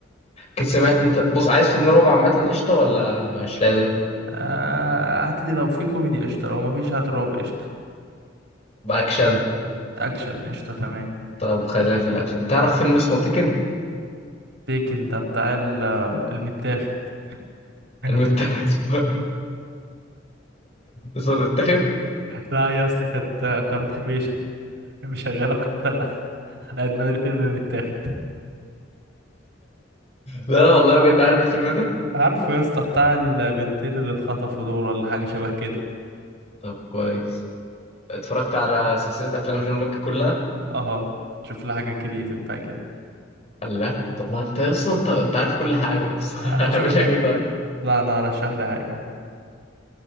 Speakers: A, on the left (about 35°); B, on the right (about 65°).
A: كنت سمعت انت بص عايز فيلم رعب عامه قشطه ولا مش لازم
B: آه، هات لي لو في كوميدي قشطة لو ما فيش هات رعب قشطة
A: باكشن
B: اكشن قشطة تمام
A: طب خلينا في الاكشن تعرف فيلم اسمه تيكن
B: تيكن ده بتاع ال- المتاخد <laughs>
A: المت... <laughs> اسمه اسمه المتاخد
B: لا يا اسطى كانت قناة حبيشة مشغله كده على على عنوان الفيلم اللي متاخد
A: لا لا والله بجد عارف الفيلم ده
B: عارفه يا اسطى بتاع البنتين اللي اتخطفوا دول ولا حاجة شبه كده
A: طب كويس اتفرجت على سلسله افلام جون ويك كلها
B: اه شوف لي حاجة كرييتيف بقى كده
A: الله طب ما انت اصلا انت, انت عارف كل حاجه بس
B: آه،
A: <laughs> هعمل
B: شوف
A: لك
B: لي
A: ايه طيب
B: لا لا رشح لي حاجة